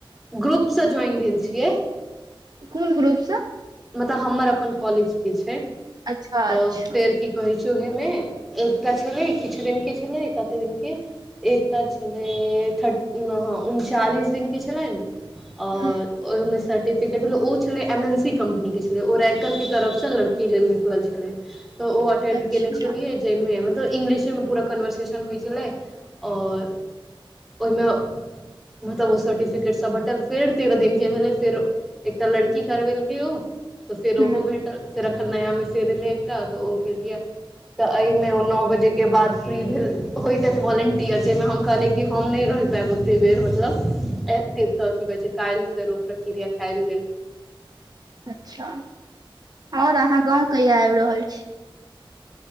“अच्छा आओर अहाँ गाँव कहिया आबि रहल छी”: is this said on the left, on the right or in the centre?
Right